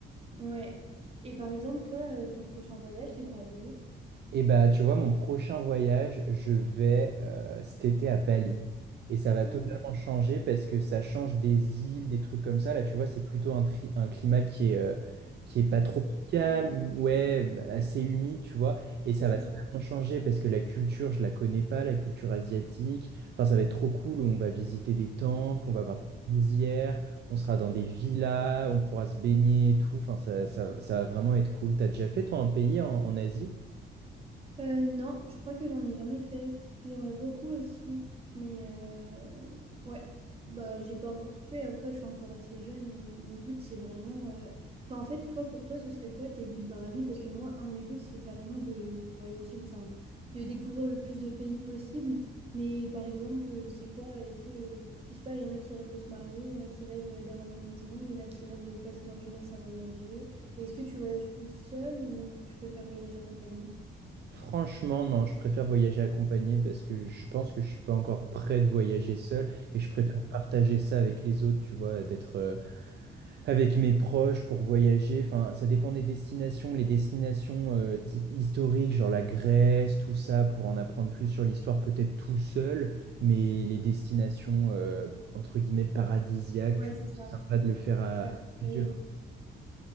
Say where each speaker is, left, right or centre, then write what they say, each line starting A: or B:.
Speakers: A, on the right; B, on the right.
A: ouais. Et par exemple, toi, euh, ton prochain voyage, t'aimerais aller où?
B: Et bah, tu vois, mon prochain voyage, je vais euh, cet été à Bali. Et ça va
A: Oh,
B: totalement changer parce que ça change des îles, des trucs comme ça. Là, tu vois, c'est plutôt un, tri- un climat qui est, euh, qui est pas tropical,
A: trop génial.
B: m- ouais, bah, assez humide, tu vois. Et ça
A: Ouais, c'est
B: va totalement
A: ça.
B: changer parce que la culture, je la connais pas, la culture asiatique. Enfin, ça va être trop cool. On va visiter des temples, on va voir des rizières, on sera dans des villas, on pourra se baigner et tout. Enfin, ça, ça, ça va vraiment être cool. T'as déjà fait, toi, un pays en en Asie?
A: Euh, non, je crois que j'en ai jamais fait. J'aimerais beaucoup aussi, mais euh, ouais, bah j'ai pas encore tout fait. Après, je suis encore assez jeune, mais mon but c'est vraiment. euh, Enfin, en fait, toi, pour toi, ce serait quoi tes buts dans la vie? Parce que moi, un de mes buts, c'est carrément de voyager, enfin, de découvrir le plus de pays possible. Mais par exemple, euh, c'est quoi? Est-ce que, je sais pas, il y en a qui rêvent de se marier, il y en a qui rêvent euh, d'avoir une maison, il y en a qui rêvent de passer leur jeunesse à voyager. Et Est-ce que tu voyages plus seul ou tu préfères voyager accompagné?
B: Franchement, non, je préfère voyager accompagné parce que je pense que je suis pas encore prêt de voyager seul et je préfère partager ça avec les autres, tu vois, d'être euh, avec mes proches pour voyager. Enfin, ça dépend des destinations. Les destinations euh, type historique, genre la Grèce, tout ça, pour en apprendre plus sur l'histoire, peut-être tout seul, mais les destinations euh, entre guillemets paradisiaques,
A: Ouais,
B: tu
A: c'est
B: vois,
A: ça.
B: c'est sympa de le faire à,
A: Je préfère
B: à
A: partager.
B: plusieurs.